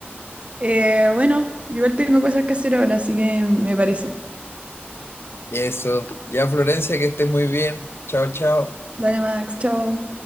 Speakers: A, on the right (about 30°); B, on the left (about 70°).
A: Eh, bueno, igual tengo cosas que hacer ahora, así que me parece.
B: Eso. Ya, Florencia, que estés muy bien. Chao, chao.
A: Dale, Max, chao.